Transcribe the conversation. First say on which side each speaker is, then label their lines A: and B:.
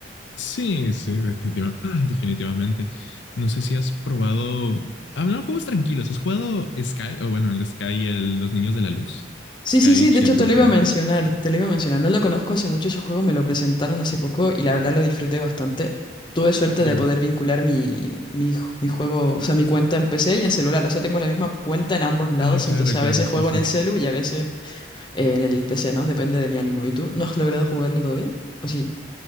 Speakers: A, on the left; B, on the left.
A: Sí, sí, definitiva- <clears throat> definitivamente. No sé si has probado... Hablando de juegos tranquilos, ¿has jugado Sky? O bueno, el Sky, el, Los Niños de la Luz.
B: Sí,
A: Sky
B: sí, sí,
A: Children
B: de hecho te lo
A: of the
B: iba
A: Light.
B: a mencionar, te lo iba a mencionar. No lo conozco hace mucho ese juego, me lo presentaron hace poco y la verdad lo disfruté bastante. Tuve suerte
A: Yo...
B: de poder vincular mi, mi, ju- mi juego, o sea, mi cuenta en PC y en celular. O sea, tengo la misma cuenta en ambos lados,
A: Ah, claro,
B: entonces
A: claro,
B: a veces
A: sí,
B: juego
A: sí.
B: en el celu y a veces eh, en el PC, ¿no? Depende de mi ánimo. ¿Y tú? ¿No has logrado jugarlo todavía? ¿O sí?